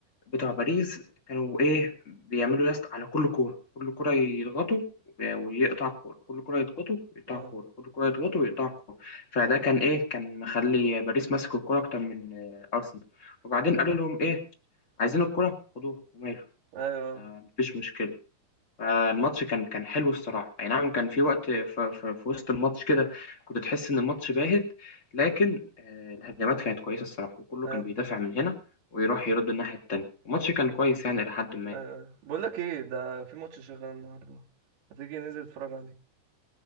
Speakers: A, on the left; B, on the right.
A: بتوع باريس كانوا إيه بيعملوا يست على كل كورة كل كورة يضغطوا و- ويقطع الكورة كل كورة يضغطوا ويقطع
B: آه.
A: الكورة كل كورة يضغطوا ويقطع الكورة فده كان إيه كان مخلي باريس ماسك الكورة أكتر من آه، أرسنال وبعدين قالوا لهم إيه عايزين الكورة خدوها وماله
B: ايوه
A: مفيش مشكلة آه، الماتش كان كان حلو الصراحة أي نعم كان في وقت ف- ف- في وسط الماتش كده كنت تحس إن الماتش باهت لكن آه، الهجمات كانت كويسة الصراحة وكله
B: ايوه
A: كان بيدافع
B: ايوه
A: من هنا ويروح يرد الناحية التانية الماتش كان كويس يعني إلى حد ما
B: أيوه. بقول لك ايه ده في ماتش شغال النهارده هتيجي ننزل نتفرج عليه